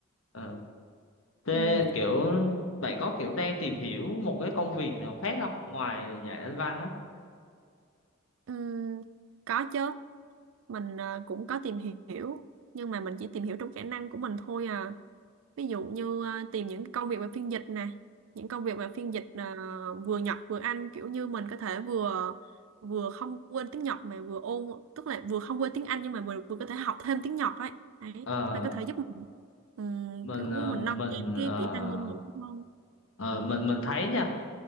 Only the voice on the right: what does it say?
Ừ.
Ừ. Có chứ. Mình ờ, cũng có tìm hiểu, nhưng mà mình chỉ tìm hiểu trong khả năng của mình thôi à. ví dụ như à, tìm những công việc về phiên dịch nè những công việc về phiên dịch à, vừa Nhật vừa Anh kiểu như mình có thể vừa vừa không quên tiếng Nhật mà vừa ôn tức là vừa không quên tiếng Anh nhưng mà vừa vừa có thể học thêm tiếng Nhật ấy đấy
nó có thể giúp mình ừm,
kiểu
mình
nâng cao cái
kỹ năng ngôn ngữ hơn